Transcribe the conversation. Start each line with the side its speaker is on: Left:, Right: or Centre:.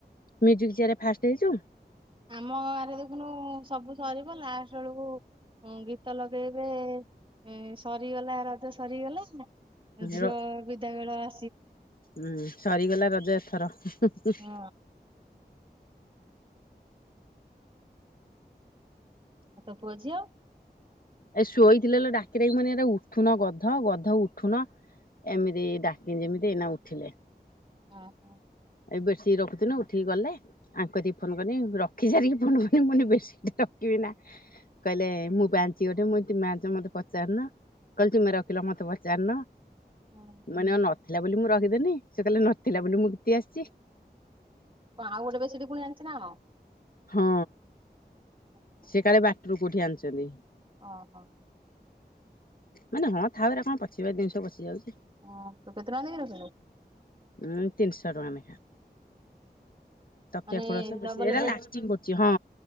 Left: Music ଚ୍ୟାରରେ first ହେଇଁଚୁ।
Right: ଆମ ଗାଁରେ ଦେଖୁନୁ ସବୁ ସରିବ ଲାଷ୍ଟ ବେଳକୁ ଗୀ ଗୀତ ଲଗେଇବେ ଏଁ-ସରିଗଲା ରଜ ସରିଗଲା ଝିଅ
Left: ର
Right: ବିଦାବେଳ ଆ
Left: ହୁଁ ସରିଗଲା ରଜ ଏଥର ହୁ ହୁ।
Right: ହଁ ଆଉ ତୋ ପୁଅ ଝିଅ?
Left: ଏ ଶୋଇଥିଲେଲୋ ଡାକିଡାକି ମୁଁ କଇନି ଏରା ଉଠୁନ ଗଧ ଗଧ ଉଠୁନ ଏମିତି ଡାକିନି ଯେମିତି ଏଇନା ଉଠିଲେ।
Right: ଅଁ ହଁ।
Left: ଏଇ ବେରସିଟି ରଖୁଥିନୁ ଉଠିକି ଗଲେ ଆଙ୍କ କତିକି ଫୋନ୍ କନି ରଖି ସାରିକି ଫୋନ୍ କନି ମୁଁ କଇନି ବେସିଟି ରଖିବିନା। କହିଲେ ମୁଁପା ଆଣିଚି ଗୋଟେ ମୁଁ କଇନି ତୁମେ ଆଣିଚି ମତେ ପଚାରିନ। କଇଲେ ତୁମେ ରଖିଲ ମତେ ପଚାରିନ।
Right: ହଁ।
Left: ମୁଁ କଇନି ଅ ନଥିଲା ବୋଲି ମୁଁ ରଖିଦେନି ସେ କଇଲେ ନଥିଲା ବୋଲି ମୁଁ ଘିତି ଆସିଚି।
Right: କଁ ଆଉଗୋଟେ ବେରସିଟି ଫୁଣି ଆଣିଚିନାଁ କଣ?
Left: ହଁ
Right: କଣ
Left: ସେକାଳେ ବାଟୁରୁ କୋଉଠି ଆଣିଚନ୍ତି।
Right: ଅଁହଁ।
Left: ମୁଁ କଇନି ହଁ ଥାଉ ଏରା କଣ ପଚିବା ଜିନିଷ ପଚିଯାଉଚି।
Right: ହଁ ତୁକେତେ ଟଙ୍କା ଦେଇକି ରଖିଲୁ?
Left: ଉଁ ତିନିଶହ ଟଙ୍କା ନେଁଖା। <inaudible> ତକିଆ
Right: ମାନେ
Left: ଖୋଳ ସହ
Right: ଡବଲ
Left: <unintelligible> ଏରା
Right: ବେଡ୍
Left: ଲାଷ୍ଟିଙ୍ଗ କରୁଚି ହଁ